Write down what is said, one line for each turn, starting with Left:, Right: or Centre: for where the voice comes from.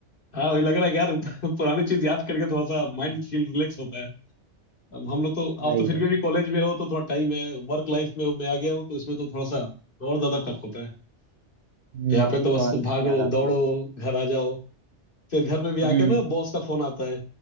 Left: हाँ वही लग रहा है कि यार <laughs> पुरानी चीज याद करके थोड़ा सा
Right: हम्म,
Left: माइंड फील रिलैक्स होता है अब हम लोग तो
Right: वही
Left: आप तो फिर
Right: वही
Left: भी अभी कॉलेज में हो तो थोड़ा टाइम है वर्क लाइफ में हो मैं आ गया हूँ तो इसमें तो थोड़ा सा और ज्यादा टफ होता है
Right: हम्म,
Left: यहाँ
Right: आपको
Left: पे तो
Right: तो
Left: बस
Right: और
Left: भागो
Right: याद आती
Left: दौड़ो
Right: है
Left: घर आ जाओ फिर घर पे भी
Right: हम्म
Left: आके ना बॉस का फोन आता है